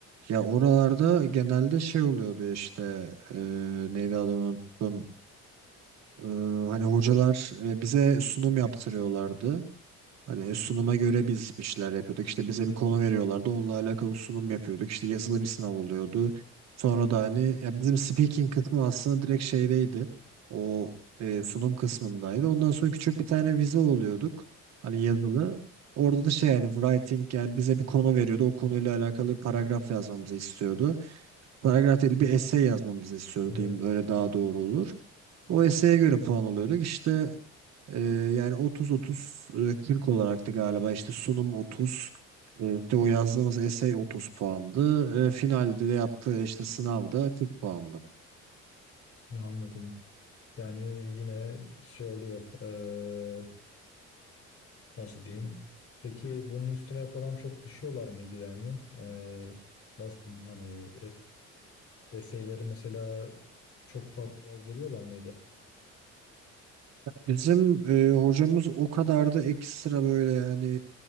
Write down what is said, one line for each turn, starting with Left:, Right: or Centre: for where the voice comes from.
Right: Ya oralarda genelde şey oluyordu işte e, neydi adını unuttum. E, hani hocalar e, bize sunum yaptırıyorlardı. Hani sunuma göre biz bir şeyler yapıyorduk. İşte bize bir konu veriyorlardı. Onunla alakalı sunum yapıyorduk. İşte yazılı bir sınav oluyordu. Sonra da hani ya bizim speaking kısmı aslında direkt şeydeydi. O e, sunum kısmındaydı. Ondan sonra küçük bir tane vize oluyorduk. Hani yazılı. Orada da şey yani writing yani bize bir konu veriyordu. O konuyla alakalı bir paragraf yazmamızı istiyordu. Paragraf değil bir essay yazmamızı istiyordu
Left: Evet,
Right: diyeyim. Öyle daha doğru olur. O essay'e göre puan oluyorduk. İşte ee, yani 30-30 40 olarak da galiba işte sunum 30. e, işte o yazdığımız essay 30 puandı. E, finalde de yaptığı işte sınavda 40 puandı.
Left: anladım. Yani yine şey oluyor. e, nasıl diyeyim? Peki bunun üstüne falan çok düşüyorlar mıydı yani? E, nasıl diyeyim hani e, eseyleri mesela çok fazla yazdırıyorlar mıydı?
Right: Bizim e, hocamız o kadar da ekstra böyle yani